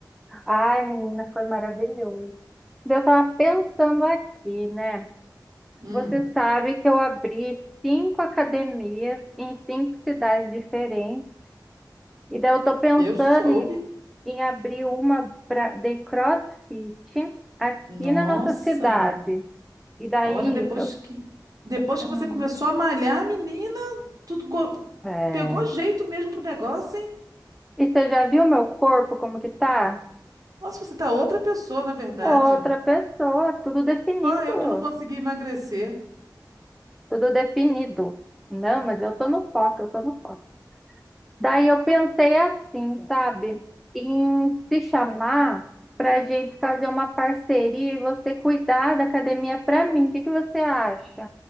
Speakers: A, in the centre; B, on the right.
A: Ai, menina, foi maravilhoso. Eu tava pensando aqui, né?
B: Hum,
A: Você sabe que eu abri cinco academias em cinco cidades diferentes. E daí eu tô pensando
B: eu soube.
A: em, em abrir uma pra, de CrossFit aqui
B: Nossa,
A: na nossa cidade. E daí,
B: olha, depois
A: eu-
B: que depois
A: hum,
B: que você começou a malhar, menina. Tu go-
A: é.
B: pegou jeito mesmo pro negócio, hein?
A: E você já viu meu corpo como que tá?
B: Nossa, você tá outra pessoa, na verdade.
A: Outra pessoa, tudo definido,
B: Só eu que não consegui emagrecer.
A: tudo definido. Não, mas eu tô no foco, eu tô no foco. Daí eu pensei assim, sabe, em te chamar para a gente fazer uma parceria e você cuidar da academia para mim. O que que você acha?